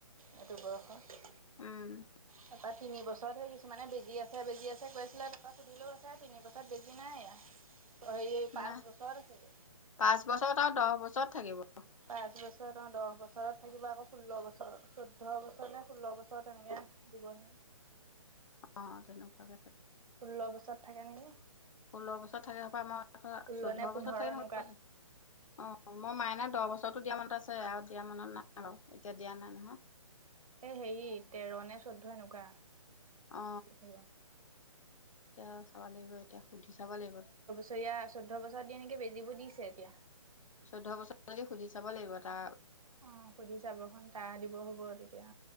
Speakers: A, on the right (about 75°); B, on the left (about 65°).
A: এইটো বয়সৰ
B: উম
A: তপাত তিন বছৰত সেই কিছুমানে বেজি আছে বেজি আছে কৈ আছিলে তা পৰা সুধিলো পাছে তিন বছৰত বেজি নাই
B: <inaudible>
A: সেই পাঁচ
B: না
A: বছৰ আছিলে
B: পাঁচ বছৰত আৰু দছ বছৰত থাকিব
A: পাঁচ বছৰ অ দহ বছৰ বছৰত থাকিব আকৌ ষোল্ল বছৰ চৈধ্য বছৰ নে ষোল্ল বছৰ তেনেকে দিব জেনো
B: অ তেনেকুৱাকে থ
A: ষোল্ল বছৰত থাকে নেকি
B: ষোল্ল বছৰত থাকে হপাই আমাৰ
A: ষোল্ল
B: চৈধ্য
A: নে পোন্ধৰ
B: বছৰত থাকে
A: এনেকুৱাত
B: নহবি অ মই মাইনাক দহ বছৰত দিয়া মনত আছে আৰু দিয়া মনত নাই আৰু এতিয়া দিয়া নাই নহয়
A: এ হেৰি তেৰ নে চৈধ্য এনেকুৱা
B: অ
A: থাকিব।
B: তেতিয়া চাব লাগিব এতিয়া সুধি চাব লাগিব
A: ত'য়া চৈধ্য বছৰত দিয়ে নেকি বেজীবোৰ দিছে এতিয়া
B: চৈধ্য বছৰলৈকে সুধি চাব লাগিব টা
A: অ সুধি চাব সোনকালে দিব হ'ব তেতিয়া